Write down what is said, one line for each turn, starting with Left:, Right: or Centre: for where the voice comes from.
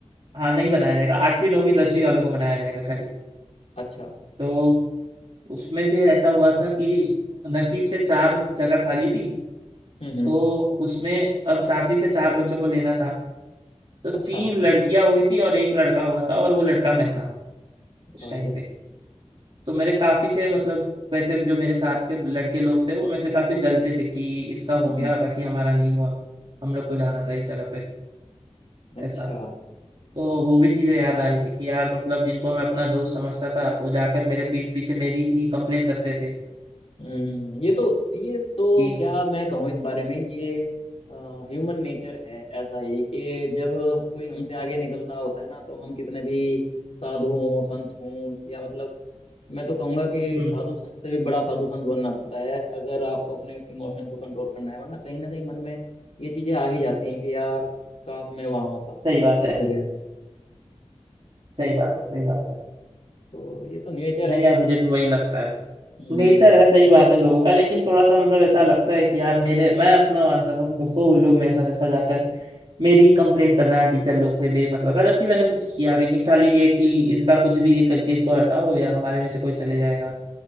Right: हाँ नहीं बनाया जाएगा आठवीं नौवीं दसवीं वालों को बनाया जाएगा खाली
Left: अच्छा
Right: तो उसमें फिर ऐसा हुआ था कि नसीब से चार जगह खाली थी
Left: हम्म हम्म
Right: तो उसमें अब सातवीं से चार बच्चों को लेना था तो तीन
Left: अच्छा
Right: लड़कियां हुई थी और एक लड़का हुआ था और वो लड़का मैं था उस
Left: बढ़िया
Right: टाइम पे तो मेरे काफी से मतलब वैसे जो मेरे साथ के लड़के लोग थे वो मेरे से काफी जलते थे कि इसका
Left: हम्म
Right: हो गया बाकी हमारा नहीं हुआ हम लोग को जाना था इस जगह पे
Left: अच्छा
Right: ऐसा तो वो भी चीजें याद आ रही थी कि यार मतलब जिनको मैं अपना दोस्त समझता था वो जाकर मेरे पीठ पीछे मेरी ही कंप्लेन करते थे
Left: हम्म ये तो ये तो
Right: कि
Left: क्या मैं कहूँ इस बारे में ये ह्यूमन नेचर है ऐसा ही कि जब कोई हमसे आगे निकल रहा होता है ना तो हम कितने भी साधु हों संत हों या मतलब मैं तो कहूँगा कि
Right: हम्म
Left: एक साधु संत से भी बड़ा साधु संत बनना पड़ता है अगर आपको अपने इमोशन को कंट्रोल करना है वरना कहीं ना कहीं मन में ये चीजें आ ही जाती हैं कि यार काश मैं वहां होता
Right: सही बात
Left: उस
Right: है
Left: जगह
Right: सही बात है सही बात है
Left: तो ये तो नेचर
Right: नहीं
Left: है खैर
Right: यार मुझे भी वही लगता है
Left: हम्म
Right: नेचर है सही बात है लोगों का लेकिन थोड़ा सा मतलब ऐसा लगता है कि यार मेरे मैं अपना मानता था उन लोग को उन लोग मेरे साथ ऐसा जाकर मेरी ही कंप्लेन करना टीचर लोग से बेमतलब का जबकि मैंने कुछ किया भी नहीं खाली ये कि इसका कुछ भी ये करके इसको हटाओ या हमारे में से कोई चले जाएगा